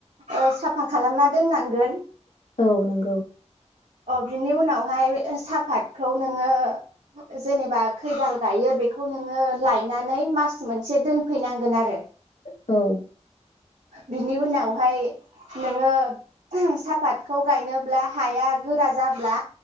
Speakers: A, on the right; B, on the left.
A: ओ साफा खालामना दोननांगोन
B: औ नंगौ
A: अ बिनि उनावहाय साहापातखौ नोङो जेनेबा खैदाल गायो बेखौ नोङो लायनानै मास मोनसे दोनफैनांगोन आरो
B: औ
A: बिनि उनावहाय नोङो सापातखौ गायनोब्ला हाया गोरा जाब्ला